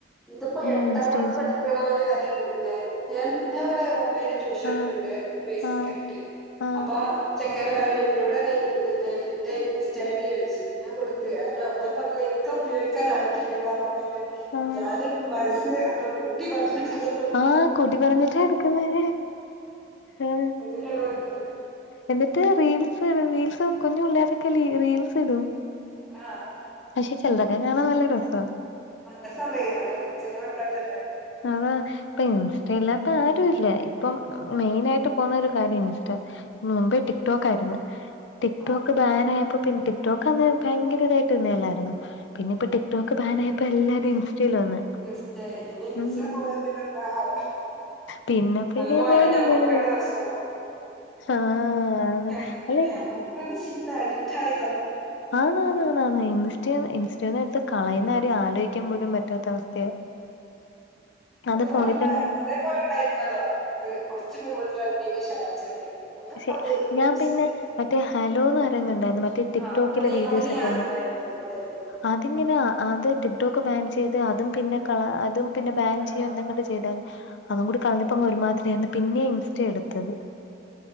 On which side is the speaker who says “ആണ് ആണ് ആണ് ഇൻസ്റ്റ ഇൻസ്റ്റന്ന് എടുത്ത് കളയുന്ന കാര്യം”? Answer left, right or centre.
Left